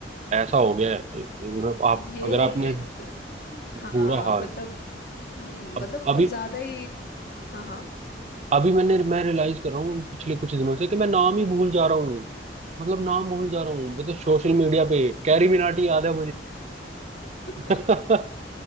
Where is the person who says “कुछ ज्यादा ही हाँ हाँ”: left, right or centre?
Left